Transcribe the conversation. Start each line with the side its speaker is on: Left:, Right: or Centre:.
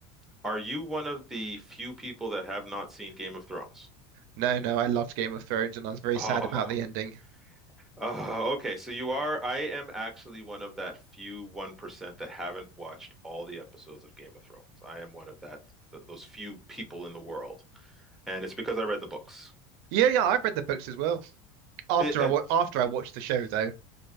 Centre: Are you one of the few people that have not seen Game of Thrones?
Right: No, no, I loved Game of Thrones, and I was very
Centre: <laughs>
Right: sad about the ending.
Centre: Oh, oh, okay. So you are. I am actually one of that few 1% that haven't watched all the episodes of Game of Thrones. I am one of that th those few people in the world. And it's because I read the books.
Right: Yeah, yeah, I've read the books as well. After
Centre: It, uh,
Right: I wa after I watched the show though,